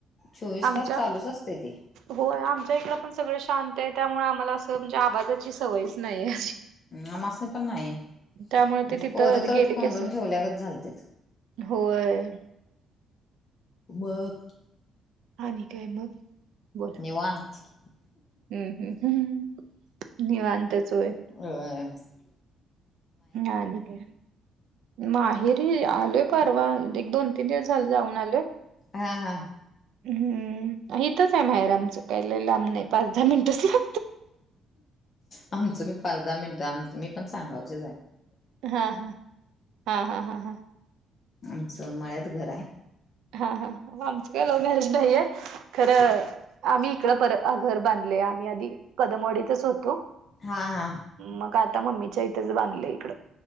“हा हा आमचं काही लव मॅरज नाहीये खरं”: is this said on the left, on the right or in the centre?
Right